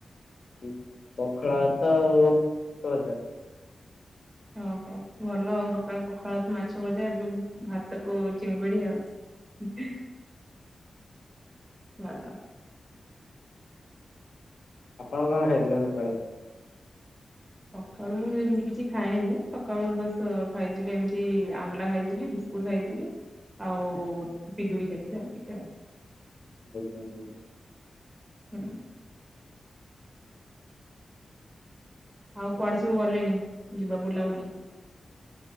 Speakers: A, on the left; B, on the right.
A: ଉଁ ପଖାଳା ଭାତ ଆଉ ମାଛ ଭାତ।
B: ଓହୋ ଭଲ ଆଉ ସକାଳୁ ପଖାଳ ଭାତ ମାଛ ଭଜା ଏବେ ବି ଭାତକୁ ଚିଙ୍ଗୁଡ଼ି ଆଉ। ଭଲ।
A: ଆପଣ କଁ ଖାଇଥିଲେ ସକାଳେ?
B: ସକାଳୁ ମୁଁ ଯେ ଏମତି କିଛି ଖାଏନି ସକାଳୁ ବାସ୍ ଖାଇଥିଲି ଏମିତି ଆମ୍ଳା ଖାଇଥିଲି ବି କୁଡ଼ ଖାଇଥିଲି ଆଉ ପିଜୁଳି ଖାଇଥିଲି ଆଉ ଟିକେ ଆ।
A: ଦୀକ୍ଷା ନୋଉଚ।
B: ହୁଁ। ଆଉ କୁଆଡ଼େ ସବୁ ଗଲେଣି ଯିବା ବୁଲାବୁଲି?